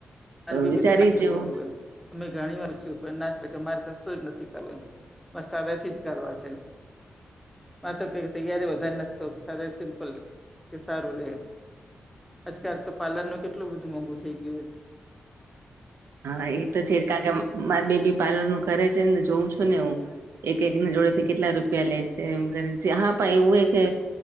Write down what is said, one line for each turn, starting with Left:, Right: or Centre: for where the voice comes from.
Centre: મારી બેબી
Right: વિચારી
Centre: તો ન નથી
Right: જેવું
Centre: કરવું એમ અમે ઘણી પૂછિયું ના કે મારે કશું જ નથી કરવુ એમ મારે સદાયથી જ કરવા છે તો ક તૈયારી વધારે નથી તો સિમ્પલ કે સારું રે આજકાલ તો પાલૅર નું કેટલું બધું મોંઘુ થઇ ગયું હો
Right: હા એ તો છે જ કારકે મારે બેબી પાર્લર નું કરે છે ને જોઉં છું ને હું એક એક ના જોડે
Centre: હમ
Right: થી કેટલા રૂપિયા લે છે એમ જહા પ એવું એક